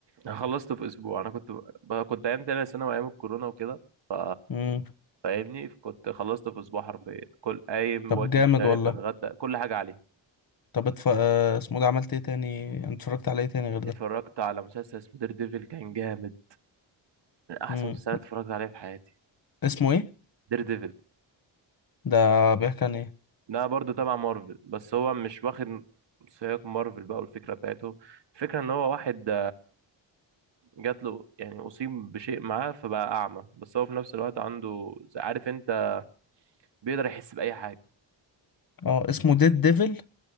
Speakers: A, on the right; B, on the left.
A: انا خلصت في اسبوع انا كنت ب... كنت ايام تانية ثانوي ايام الكورونا وكده ف
B: مم.
A: فاهمني كنت خلصت في اسبوع حرفيا كل قايم
B: طب
A: واكل
B: جامد
A: شارب
B: والله
A: بتغدى كل حاجه عليه
B: طب اتف... آه، اسمه ده عملت ايه تاني يعني اتفرجت على ايه تاني غير ده
A: اتفرجت على مسلسل اسمه دير ديفل كان جامد من احسن
B: مم.
A: مسلسلات اتفرجت عليها في حياتي
B: اسمه ايه
A: دير ديفل
B: ده بيحكي عن ايه
A: ده برضه تبع مارفل بس هو مش واخد سياق مارفل بقى والفكره بتاعته الفكره ان هو واحد جات له يعني اصيب بشيء معاه فبقى اعمى بس هو في نفس الوقت عنده عارف انت بيقدر يحس باي حاجه
B: اه اسمه ديد ديفل